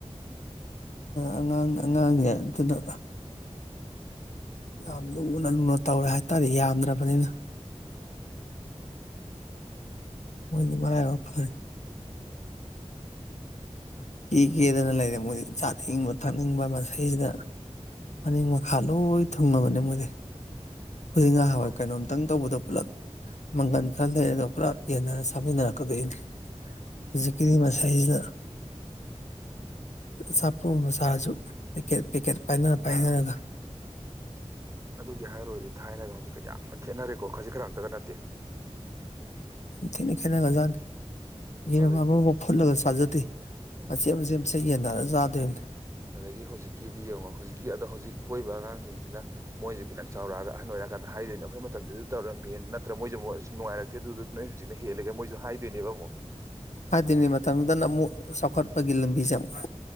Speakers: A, on the right (about 25°); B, on the left (about 85°).
A: ꯎꯝ
B: ꯑꯉꯥꯡ ꯑꯉꯥꯡꯅꯦ ꯑꯗꯨꯅ ꯌꯥꯝ ꯂꯨꯅ ꯂꯨꯅ ꯇꯧꯔꯦ ꯍꯥꯏꯇꯥꯔꯦ ꯌꯥꯝꯗ꯭ꯔꯕꯅꯤꯅ
A: ꯎꯝ
B: ꯃꯣꯏꯗꯤ ꯃꯔꯔꯥꯏ ꯑꯣꯏ ꯐꯔ ꯀꯦ ꯀꯦꯗꯅ ꯂꯩꯔꯦ ꯃꯣꯏꯗꯤ ꯆꯥꯅꯤꯡꯕ ꯊꯛꯅꯤꯡꯕ ꯃꯁꯤꯩꯁꯤꯗ ꯃꯅꯤꯡ ꯃꯈꯥ ꯂꯣꯏ ꯊꯨꯡꯉꯕꯅꯦ ꯃꯣꯏꯗꯤ ꯍꯨꯡ ꯉꯍ ꯍꯋꯥꯏ
A: ꯃꯥꯅꯤ
B: ꯀꯩꯅꯣꯝꯇꯪ ꯇꯧꯕꯗꯣ ꯄꯨꯂꯞ ꯃꯪꯒꯟ ꯈꯔ ꯂꯩꯔꯒ ꯄꯨꯂꯞ ꯌꯦꯟꯅꯔ ꯁꯥꯃꯤꯟꯅꯔꯛꯀꯗꯣꯏꯅꯤ
A: ꯎꯝ
B: ꯍꯧꯖꯤꯛ ꯀꯗꯤꯝ ꯑꯁꯦ ꯏꯁꯩꯁꯤꯗ ꯑꯆꯥꯄꯣꯠ ꯃꯆꯥꯁꯨ ꯄꯦꯛꯀꯦꯠ ꯄꯦꯛꯀꯦꯠ ꯄꯥꯏꯅꯔ ꯄꯥꯏꯅꯔꯒ
A: ꯑꯗꯨ ꯒꯤ ꯍꯥꯏꯔꯨꯔꯗꯤ ꯊꯥꯏꯅꯒ ꯍꯧꯖꯤꯛꯀ ꯌꯥꯝꯅ ꯈꯦꯠꯅꯔꯦꯀꯣ ꯈꯖꯤꯛ ꯈꯔꯛꯇꯒ ꯅꯠꯇꯦ
B: ꯊꯅ ꯈꯅꯒꯖꯥꯟ ꯌꯦꯔ
A: ꯑꯗꯒꯤ
B: ꯑꯃꯃꯥꯎ ꯐꯨꯠꯂꯒ ꯆꯥꯖꯗꯦ
A: ꯎꯝ
B: ꯃꯆꯦ ꯃꯆꯦ ꯆꯠ ꯌꯦꯟ ꯅꯥ ꯆꯥꯗꯣꯏꯕꯅꯦ
A: ꯑꯗꯒꯤ ꯍꯧꯖꯤꯛꯀꯤꯗꯤ ꯌꯦꯡꯉꯣ ꯍꯧꯖꯤꯛꯀꯤ ꯑꯗꯣ ꯍꯧꯖꯤꯛ ꯄꯣꯛꯏꯕ ꯑꯉꯥꯡꯁꯤꯡꯁꯤꯅ ꯃꯣꯏꯁꯨ ꯈꯤꯇꯪ ꯆꯥꯎꯔꯛꯑꯒ ꯑꯍꯟ ꯑꯣꯏꯔꯀꯥꯟꯗ ꯍꯥꯏꯗꯣꯏꯅꯦ ꯑꯩꯈꯣꯏ ꯃꯇꯝꯗ ꯑꯗꯨ ꯇꯧꯔꯝꯃꯦ ꯅꯠꯇ꯭ꯔ ꯃꯣꯏꯁꯨ ꯃꯣꯏ ꯁ ꯅꯨꯡꯉꯥꯏꯔꯛꯇꯦ ꯑꯗꯨꯗꯨ ꯅꯣꯏ ꯍꯧꯖꯤꯛꯅ ꯍꯦꯜꯂꯒ ꯃꯣꯏꯁꯨ ꯍꯥꯏꯗꯣꯏꯅꯦꯕ ꯑꯃꯨꯛ
B: ꯍꯥꯏꯗꯤꯅꯦ ꯃꯇꯝꯗꯨꯗꯅ ꯑꯃꯨꯛ ꯆꯥꯎꯈꯠꯄꯒꯤ ꯂꯝꯕꯤꯁꯦ ꯑꯃꯨꯛ